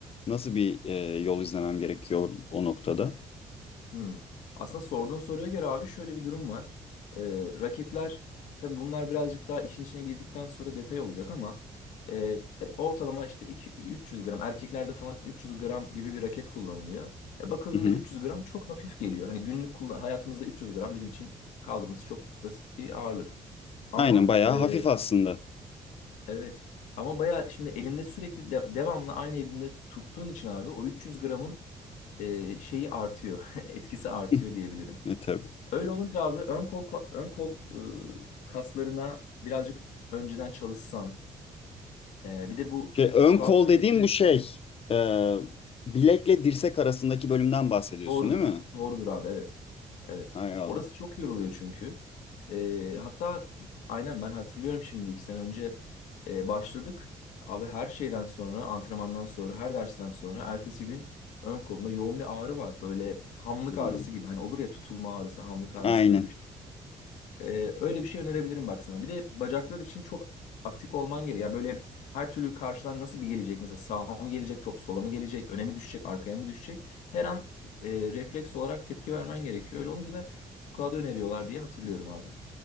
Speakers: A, on the left (about 50°); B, on the left (about 80°).
A: Nasıl bir e, yol izlemem gerekiyor o noktada?
B: Hmm. Aslında sorduğun soruya göre abi şöyle bir durum var. Ee, raketler tabii bunlar birazcık daha işin içine girdikten sonra detay olacak ama e, ortalama işte iki- 300 gram erkeklerde falan 300 gram gibi bir raket kullanılıyor. E, bakıldığında
A: Hı hı.
B: 300 gram çok hafif geliyor. Hani günlük kullan hayatımızda 300 gram bizim için kaldırması çok basit bir ağırlık. Ama
A: Aynen bayağı
B: e,
A: hafif aslında.
B: evet ama baya şimdi elinde sürekli de- devamlı aynı elinde tuttuğun için abi o 300 gramın e, şeyi artıyor <laughs> etkisi artıyor
A: <laughs>
B: diyebilirim.
A: E, tabii.
B: Öyle olunca abi ön kol ön kol e, kaslarına birazcık önceden çalışsan. e, bir de bu
A: Şey, ön
B: squat
A: kol
B: hareketi
A: dediğim bu şey. e, bilekle dirsek arasındaki bölümden bahsediyorsun
B: doğrudur.
A: değil mi?
B: Doğrudur abi evet. Evet.
A: Hay Allah.
B: Orası çok yoruluyor çünkü. E, hatta aynen ben hatırlıyorum şimdi iki sene önce e, başladık. Abi her şeyden sonra antrenmandan sonra her dersten sonra ertesi gün ön kolumda yoğun bir ağrı var. Böyle hamlık
A: Hmm,
B: ağrısı gibi. Hani olur ya tutulma ağrısı, hamlık ağrısı
A: aynen.
B: gibi bir şey. Ee, öyle bir şey önerebilirim bak sana. Bir de bacaklar için çok aktif olman gerekiyor. Ya böyle her türlü karşıdan nasıl bir gelecek? Mesela sağa mı gelecek top, sola mı gelecek, öne mi düşecek, arkaya mı düşecek? Her an e, refleks olarak tepki vermen gerekiyor. Öyle olunca da squat'ı öneriyorlar diye hatırlıyorum abi.